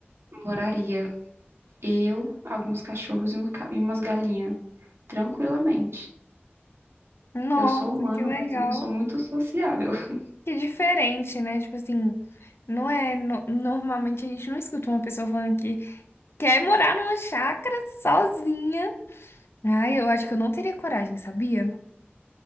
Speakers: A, on the right; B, on the left.
A: moraria eu, alguns cachorros e, um ca- e umas galinhas, tranquilamente.
B: Nossa,
A: Eu sou humana,
B: que legal.
A: mas eu não sou muito sociável. <laughs>
B: Que diferente, né? Tipo assim, não é. no- normalmente a gente não escuta uma pessoa falando que Quer morar numa chácara sozinha? Ai, eu acho que eu não teria coragem, sabia?